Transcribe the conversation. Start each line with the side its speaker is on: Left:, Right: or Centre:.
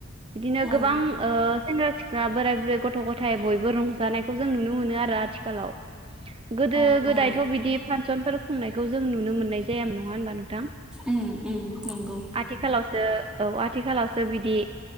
Right: बिदिनो
Centre: अ
Right: गोबां ओ सेंग्रा सिख ला बोराय बुरै ग थ गथाय बयबो रंजानायखौ जों नुनो मोनो आरो आथिखालाव गोदो
Centre: अ
Right: गोदायथ
Centre: औ
Right: बिदि फान सनफोर खुंनायखौ जों नुनो मोननाय जाया नङा होनबा नोंथां
Centre: उम उम नंगौ
Right: आथिखालाव ओ औ आथिखालावसो बिदि